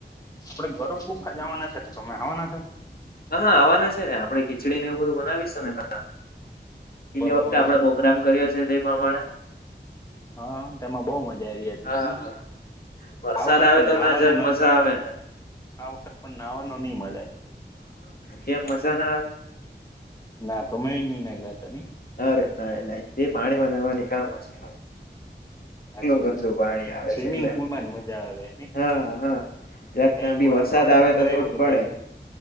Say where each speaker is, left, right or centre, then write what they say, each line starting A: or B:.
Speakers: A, on the left; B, on the left.
A: આપડે ગરુડ ગુફા જવાના છે તો તમે આવવાના છો
B: હા હા આવવાના છે ને આપડે ખીચડી ને એવું બધું બનાવીશું ને ત પેલી
A: બરોબર
B: વખતે આપડે
A: છે
B: પ્રોગ્રામ કર્યો છે પ્રમાણે
A: હા તેમાં બઉુ મજા આવી
B: હા વરસાદ
A: આ વખત
B: આવે
A: પણવાનું
B: તો ત્યાં જરાક મજા આવે ને
A: આ વખત પણ નાહવાનું નહી મળે
B: કેમ મજા ના આવે.
A: ના તમે નઈ ના લ હતા નની.
B: ના ના એ પાણીમાં નવાની કામ હશે. એટલું
A: સાચી વાત
B: ગંદુ
A: છે
B: પાણી આવે
A: સ્વિમિંગ
B: છે એટલે
A: પુલમાં જ મજા આવે
B: હા હા જક
A: મેં
B: ત્યાં
A: એક
B: બી
A: વાર
B: વરસાદ
A: ફાર્મ બુક
B: આવે
A: કરાવ્યું
B: તો તો જ
A: હતું
B: પડે
A: ત્યા